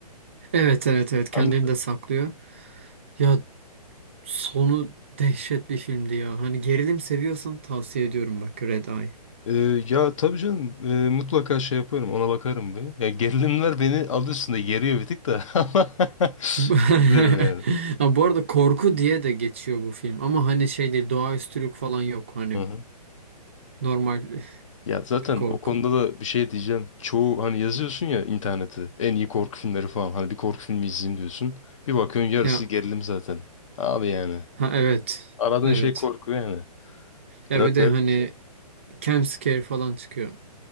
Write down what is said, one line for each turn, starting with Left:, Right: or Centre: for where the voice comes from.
Right: Evet evet evet kendini
Left: Anladım.
Right: de saklıyor. Ya sonu dehşet bir filmdi ya. Hani gerilim seviyorsan tavsiye ediyorum bak Red Eye.
Left: Ee, ya tabii canım e, mutlaka şey yaparım ona bakarım bir. Ya gerilimler beni adı üstünde geriyor bir tık da <laughs> ama
Right: Bu <laughs>
Left: izlerim yani.
Right: Ha, bu arada korku diye de geçiyor bu film ama hani şey değil doğaüstülük falan yok hani
Left: Hı-hı.
Right: normal <laughs>
Left: Ya zaten
Right: bir korku.
Left: o konuda da bir şey diyeceğim. Çoğu hani yazıyorsun ya internete en iyi korku filmleri falan hani bir korku filmi izleyeyim diyorsun. Bir bakıyorsun yarısı
Right: Ya
Left: gerilim zaten. Abi yani
Right: ha evet
Left: aradığın
Right: evet
Left: şey korku yani.
Right: ya
Left: Biraz
Right: bir
Left: garip
Right: de hani
Left: bir şey.
Right: jump scare falan çıkıyor.